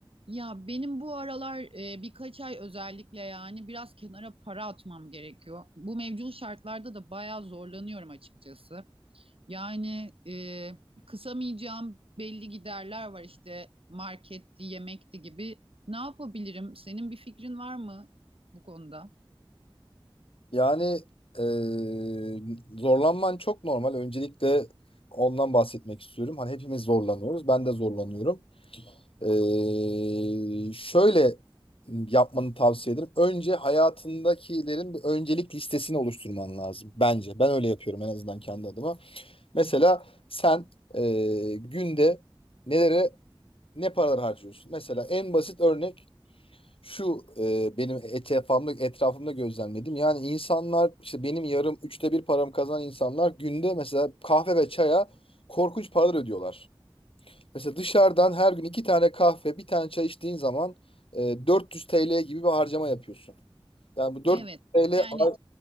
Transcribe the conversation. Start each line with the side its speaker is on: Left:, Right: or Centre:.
Right: Ya benim bu aralar e, birkaç ay özellikle yani biraz kenara para atmam gerekiyor. Bu mevcut şartlarda da bayağı zorlanıyorum açıkçası. Yani e, kısamayacağım belli giderler var işte marketti, yemekti gibi. Ne yapabilirim? Senin bir fikrin var mı bu konuda?
Left: Yani eee, zorlanman çok normal. Öncelikle ondan bahsetmek istiyorum. Hani hepimiz zorlanıyoruz. Ben de zorlanıyorum. Eee, şöyle yapmanı tavsiye ederim. Önce hayatındakilerin bir öncelik listesini oluşturman lazım. Bence. Ben öyle yapıyorum en azından kendi adıma. Mesela sen eee, günde nelere ne paralar harcıyorsun? Mesela en basit örnek şu e, benim etrafımda, etrafımda gözlemledim. Yani insanlar işte benim yarım üçte bir paramı kazanan insanlar günde mesela kahve ve çaya korkunç paralar ödüyorlar. Mesela dışarıdan her gün iki tane kahve bir tane çay içtiğin zaman e, 400 TL gibi bir harcama yapıyorsun. Yani bu 400
Right: Evet.
Left: TL
Right: Yani
Left: ay-